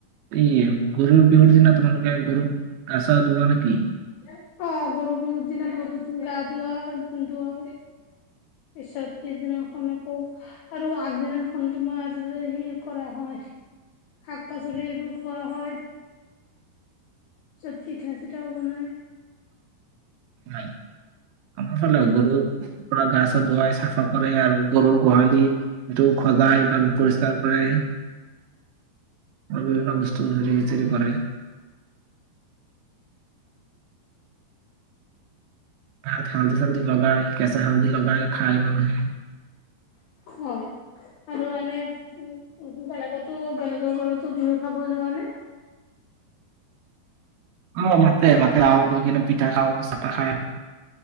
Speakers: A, on the right (about 85°); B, on the left (about 80°).
A: ই গৰুৰ বিহুৰ দিনা তোমালোকে গৰুক গা চা ধুৱা নেকি?
B: অ', গৰু বিহুৰ দিনা গৰু গা ধৱা ধুৱাওঁ। পিছৰ দিনা। <unintelligible> আৰু আগ সিদিনাখন তোমাৰ সেয়কৰা হয় শাক পাচলি এইবোৰ খোৱা হয়, চব পিঠা চিঠাও বনাই।
A: হয় আমাৰ ফালেও গৰুৰ পৰা গা চা ধুৱাই, চাফা কৰে আৰু গৰুৰ গোহালি সেইটো খজাই বা পৰিষ্কাৰ কৰে আৰু বিভিন্ন বস্তু হেৰি চেৰী কৰে। ভাত, হালধি চালধি লগাই কেঁচা হালধি লগাই খায় মানুহে।
B: হয় আৰু এনে উ বেলেগতো বেলেগৰ ঘৰতো বিহু খাব যোৱা নে।
A: অ', মাতে মাতে অ', গৈ কিনে পিঠা খাওঁ চাহা খাই অ',